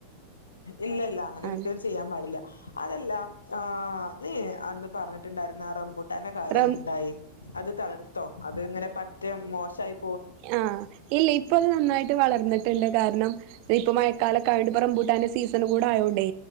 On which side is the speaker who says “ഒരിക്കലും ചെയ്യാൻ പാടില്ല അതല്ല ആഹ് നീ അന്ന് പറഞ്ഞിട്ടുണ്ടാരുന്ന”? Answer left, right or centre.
Left